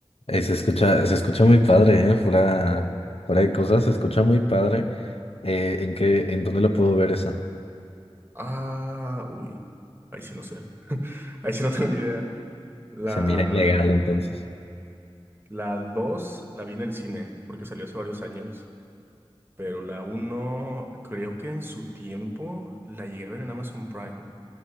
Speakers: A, on the left; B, on the right.
A: Eh, se escucha, se escucha muy padre, ¿eh? Fuera, fuera de cosas, se escucha muy padre. Eh, ¿en qué, en dónde lo puedo ver eso?
B: Ah, uy. Ahí sí no sé. Ahí sí no <laughs> tengo ni idea. La,
A: Se mira ilegal entonces.
B: la 2 la vi en el cine porque salió hace varios años. Pero la uno creo que en su tiempo la llegué a ver en Amazon Prime.